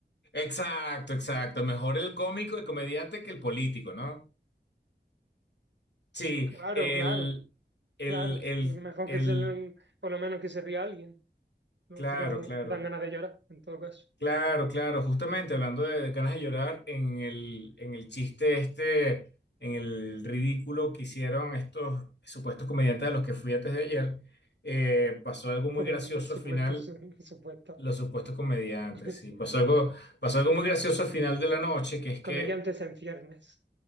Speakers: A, on the left (about 70°); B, on the right (about 75°).
A: Exacto, exacto. Mejor el cómico, el comediante que el político, ¿no? Sí,
B: Claro,
A: el,
B: claro,
A: el,
B: claro.
A: el,
B: Mejor
A: el,
B: que se, lo- por lo menos que se ría alguien. Los
A: claro,
B: otros
A: claro.
B: dan ganas de llorar, en todo caso.
A: Claro, claro, justamente hablando de, de ganas de llorar, en el, en el chiste este, en el ridículo que hicieron estos supuestos comediantes a los que fui antes de ayer, eh, pasó algo muy
B: Pobrecilla,
A: gracioso
B: supuestos,
A: al final,
B: su- <laughs> supuestos.
A: los supuestos comediantes,
B: <laughs>
A: sí, pasó algo, pasó algo muy gracioso al final de la noche, que es que
B: Comediantes en ciernes.